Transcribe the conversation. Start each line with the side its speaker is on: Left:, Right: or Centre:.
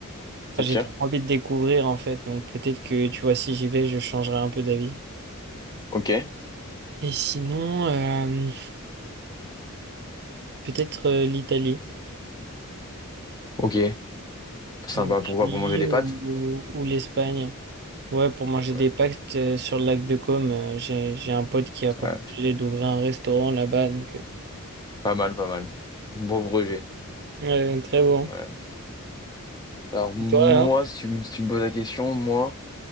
Right: enfin,
Left: Ça
Right: j'ai
Left: tire.
Right: trop envie de découvrir en fait. Donc, peut-être que, tu vois, si j'y vais, je changerai un peu d'avis.
Left: Ok.
Right: Et sinon, euh, peut-être euh, l'Italie.
Left: Ok, sympa.
Right: L'Italie
Left: Pourquoi? Pour manger des pâtes?
Right: ou, ou l'Espagne. Ouais, pour manger
Left: Ouais.
Right: des pactes euh, sur le lac de Côme, euh, j'ai, j'ai un pote qui a pour
Left: Ouais.
Right: projet d'ouvrir un restaurant là-bas, donc euh,
Left: Pas mal, pas mal. Bon rejet.
Right: ouais, très bon.
Left: Ouais. Alors moi,
Right: Et toi alors?
Left: si tu, me si tu me poses la question, moi,